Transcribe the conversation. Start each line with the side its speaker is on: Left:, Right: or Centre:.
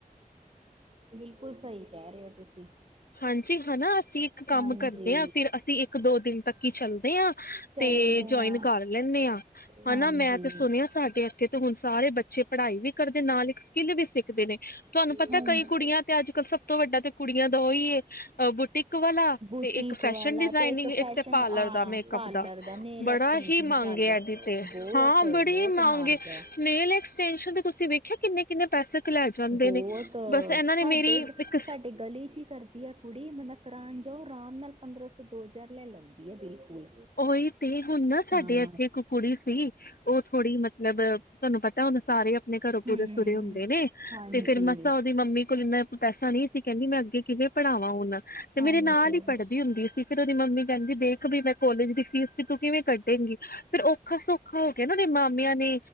Right: ਬਿਲਕੁਲ, ਸਹੀ ਕਹਿ ਰਹੇ ਹੋ ਤੁਸੀਂ?
Left: ਹਾਂਜੀ ਹਨਾ, ਅਸੀਂ ਇੱਕ ਕੰਮ
Right: ਹਾਂਜੀ
Left: ਕਰਦੇ ਹਾਂ, ਫਿਰ ਅਸੀਂ ਇੱਕ ਦੋ ਦਿਨ ਤੱਕ ਹੀ ਚੱਲਦੇ ਹਾਂ।
Right: ਚੱਲਦੇ
Left: ਤੇ ਜੁਆਇਨ
Right: ਹਾਂ
Left: ਕਰ ਲੈਂਦੇ ਹਾਂ,
Right: ਹਾਂਜੀ
Left: ਹਨਾ, ਮੈਂ ਤੇ ਸੁਣਿਆ ਸਾਡੇ ਇੱਥੇ ਤੇ ਹੁਣ, ਸਾਰੇ ਬੱਚੇ ਪੜ੍ਹਾਈ ਵੀ ਕਰਦੇ, ਨਾਲ ਇੱਕ ਸਕਿੱਲ ਵੀ ਸਿੱਖਦੇ ਨੇ, ਤੁਹਾਨੂੰ ਪਤਾ
Right: ਹਾਂਜੀ
Left: ਕਈ ਕੁੜੀਆਂ? ਤੇ, ਅੱਜ ਕੱਲ੍ਹ ਸਭ ਤੋਂ ਵੱਡਾ ਤੇ, ਕੁੜੀਆਂ ਦਾ ਉਹੀ ਹੈ। ਬੁ ਕ ਵਾਲਾ,
Right: ਬੁਟੀਕ
Left: ਤੇ ਇੱਕ ਫੈਸ਼ਨ
Right: ਵਾਲਾ
Left: ਡਿਜ਼ਾਇਨਿੰਗ,
Right: ਤੇ ਫੈਸ਼ਨ
Left: ਇੱਕ ਤੇ ਪਾਰਲਰ
Right: ਆ
Left: ਦਾ ਮੇਕਅਪ
Right: ਪਾਰਲਰ
Left: ਦਾ
Right: ਨੇਲ
Left: ਬੜਾ
Right: ਐਕਸਟੈਂਸ਼ਨ
Left: ਹੀ ਮੰਗ
Right: ਚੱਲ
Left: ਆ।
Right: ਬਹੁਤ
Left: ਹਾਂ, ਬੜੀ
Right: ਬਹੁਤ
Left: ਮੰਗ ਏ,
Right: ਹੈ
Left: ਨੇਲ ਐਕਸਟੇੰਸਨ ਦਾ ਤੁਸੀਂ ਵੇਖਿਆ ਕਿੰਨੇ- ਕਿੰਨੇ, ਪੈਸੇ ਲੈ ਜਾਂਦੇ
Right: ਬਹੁਤ
Left: ਨੇ, ਬਸ ਇਹਨਾਂ ਨੇ
Right: ਸਾਡੇ
Left: ਮੇਰੀ ਇੱਕ।
Right: ਸਾਡੇ ਗਲੀ ਚ ਹੀ ਕਰਦੀ ਹੈ ਕੁੜੀ, ਮਤਲਬ ਕਰਾਨ ਜਾਓ ਆਰਾਮ ਨਾਲ, ਪੰਦਰਾਂ ਸੌ ਦੋ ਹਜ਼ਾਰ ਲੈ ਲੈਂਦੀ ਹੈ ਬਿਲਕੁਲ।
Left: ਉਹੀ ਤੇ, ਹੁਣ ਨਾ ਸਾਡੇ
Right: ਹਾਂ
Left: ਇੱਥੇ ਇੱਕ ਕੁੜੀ ਸੀ, ਉਹ ਥੋੜੀ ਮਤ ਮਤਲਬ, ਤੁਹਾਨੂੰ ਪਤਾ ਹੁਣ ਸਾਰੇ ਘਰੋਂ
Right: ਹੂੰ,
Left: ਪੂਰੇ ਸੁਰ ਹੁੰਦੇ ਨੇ,
Right: ਹਾਂਜੀ।
Left: ਤੇ ਫਿਰ ਮਸਾ ਉਹਦੀ ਮੰਮੀ ਕੋਲ, ਇੰਨਾ ਪੈਸਾ ਨਹੀਂ ਸੀ। ਕਹਿੰਦੀ ਮੈਂ, ਅੱਗੇ ਕਿਵੇਂ ਪੜ੍ਹਾਵਾਂ ਹੁਣ? ਤੇ
Right: ਹਾਂਜੀ।
Left: ਮੇਰੇ ਨਾਲ ਹੀ ਪੜ੍ਹਦੀ ਹੁੰਦੀ ਸੀ, ਫਿਰ ਉਹਦੀ ਮੰਮੀ ਕਹਿੰਦੀ ਦੇਖ ਵੀ ਮੈਂ। ਕੋਲੇਜ ਦੀ ਫੀਸ ਤੂੰ ਕਿਵੇਂ ਕੱਢੇਗੀ ਊ?, ਫਿਰ ਔਖਾ- ਸੌਖਾ ਹੋ ਕੇ ਨਾ ਇਹਦੇ ਮਾਮਿਆਂ ਨੇ